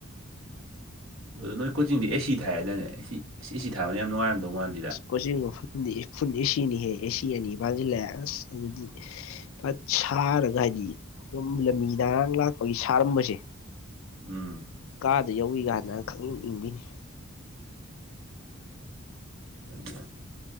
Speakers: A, on the right; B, on the left.
A: ꯑꯗꯨ ꯅꯣꯏ ꯀꯣꯆꯤꯡꯗꯤ ꯑꯦꯁꯤ ꯊꯥꯗꯅꯦ ꯑꯦ ꯑꯁ ꯑꯦꯁꯤ ꯊꯥꯕꯅ ꯌꯥꯝ ꯅꯨꯡꯉꯥꯏꯔꯝꯗꯧ ꯃꯥꯜꯅꯤ
B: ꯀꯣꯆꯤꯡꯗꯤ ꯐ ꯑꯦꯁꯤꯅꯤ ꯍꯦ ꯑꯦꯁꯤꯅꯤ ꯖꯤ ꯂꯁ ꯑꯗꯨꯗꯤ ꯐꯠ ꯁꯥꯔꯒ ꯍꯥꯏꯗꯤ ꯑꯗꯨꯝ ꯂꯝꯕꯤꯗꯥꯡ ꯂꯥꯛꯄꯒꯤ ꯁꯥꯔꯝꯕꯁꯦ
A: ꯎꯝ
B: ꯀꯥꯗ ꯌꯧꯤ ꯀꯥꯟꯗ ꯈꯪꯅꯤꯡ ꯏꯪꯕꯤꯅꯤ
A: ꯑꯗꯨ